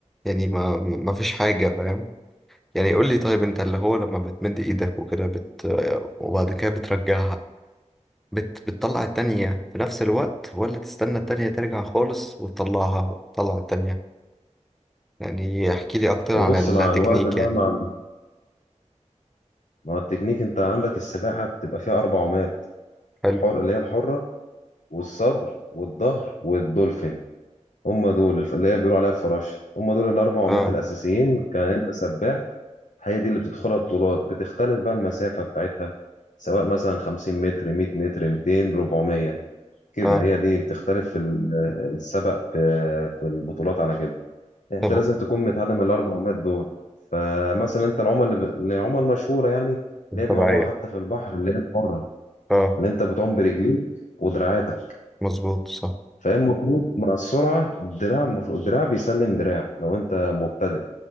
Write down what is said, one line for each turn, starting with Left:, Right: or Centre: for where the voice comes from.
Centre: يعني ما ما ما فيش حاجه فاهم يعني قول لي طيب انت اللي هو لما بتمد ايدك وكده بت... وبعد كده بترجعها بت... بتطلع التانية في نفس الوقت ولا تستنى التانية ترجع خالص وتطلعها تطلع التانية يعني احكي لي اكتر
Left: وبص
Centre: عن التكنيك
Left: مع الوقت بقى
Centre: يعني
Left: مع مع التكنيك انت عندك السباحة بتبقى فيها أربع عومات
Centre: حلو
Left: حر اللي هي الحرة والصدر والظهر والدولفين هم دول الف- اللي هي بيقولوا عليها الفراشه هم دول الاربع عمات
Centre: اه
Left: الاساسيين كان انت سباح هي دي اللي بتدخلها بطولات بتختلف بقى المسافه بتاعتها سواء مثلا 50 متر 100 متر 200 400 كده
Centre: اه
Left: هي دي بتختلف في ال- السبق في في البطولات على كده انت
Centre: طب
Left: لازم تكون متعلم الاربع عمات دول فمثلا انت العمى اللي ب... العمى المشهوره يعني اللي هي بيعوموها
Centre: طبيعية
Left: حتى في البحر اللي هي بره
Centre: اه
Left: اللي انت بتعوم برجليك ودراعاتك
Centre: مظبوط صح
Left: فهي المفروض مع السرعة الدراع المفروض الدراع بيسلم دراع لو أنت مبتدئ